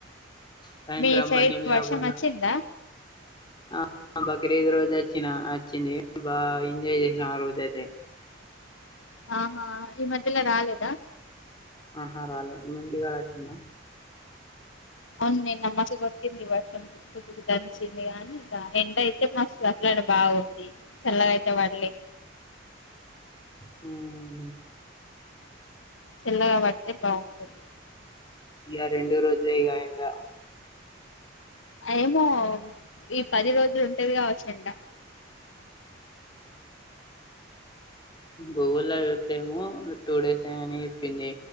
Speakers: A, on the left; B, on the left.
A: సాయంత్రం
B: మీ సైడ్
A: బండి మీద
B: వర్షం
A: పోయినా
B: వచ్చిందా
A: ఆ బక్రిదు రోజు వచ్చినా వచ్చింది బాగా ఎంజాయ్ చేసినా ఆ రోజ్ అయితే
B: ఆహా ఈ మధ్యల రాలేదా
A: ఆహ రాాలే మీ ఇంటికాడచ్చిందా
B: అవును నిన్న మస్త్ కొట్టింది వర్షం తక్కు తుక్కు దంచింది గాని ఇక ఎండ అయితే మస్తు అట్లాడ బాగుంది చల్లగా అయితే పడలే
A: హుమ్
B: చల్లగా పడితే బాగుండు
A: ఇక రెండు రోజులే కా ఇంకా
B: ఏమో ఈ పది రోజులు ఉంటది కావచ్చు ఎండ
A: గూగుల్ లో చూస్తే ఏమో టూ డేస్ అని చెప్పింది